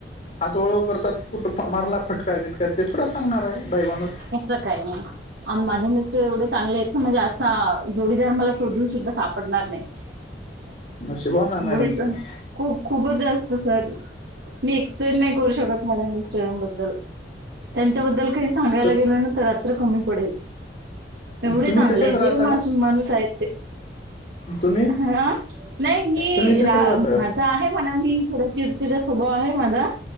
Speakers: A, on the left (about 40°); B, on the right (about 65°).
A: हातोळ करतात. कुठं मारला फटका किटका ते, थोडा सांगणार आहे बाईमाणुस.
B: असं काही नाही. आणि माझे मिस्टर एवढे चांगले आहेत ना, म्हणजे असा जोडीदार मला शोधून सुद्धा सापडणार नाही. <inaudible>
A: नशीबवान आहे,
B: एवढेच
A: मॅडम तुम्ही.
B: खूप खूपच जास्त सर मी, एक्सप्लेन नाही करू शकत माझ्या मिस्टरानबद्दल. त्यांच्याबद्दल काही सांगायला
A: तु
B: गेलं ना, तर रात्र कमी पडेल. एवढे
A: तुम्ही
B: चांगले
A: तसेच
B: आहे
A: राहता
B: देव माणू
A: का
B: माणूस आहेत ते.
A: तुम्ही.
B: हा. नाही मी
A: तुम्ही तसेच
B: रा
A: राहता का
B: माझा आहे म्हणा, मी थोडा चिडचिड स्वभाव आहे माझा.